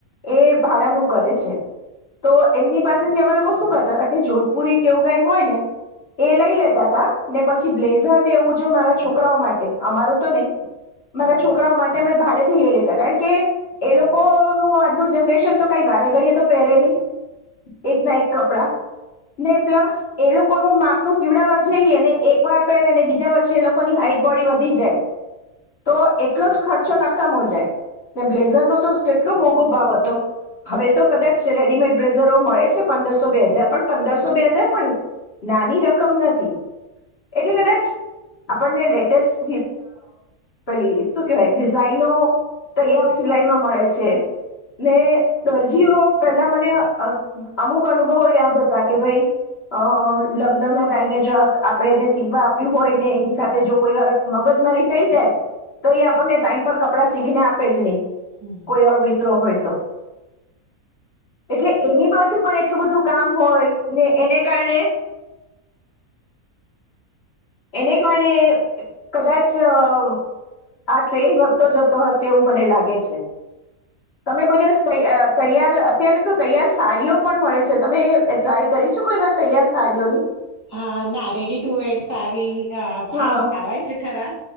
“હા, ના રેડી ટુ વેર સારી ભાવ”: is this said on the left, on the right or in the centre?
Right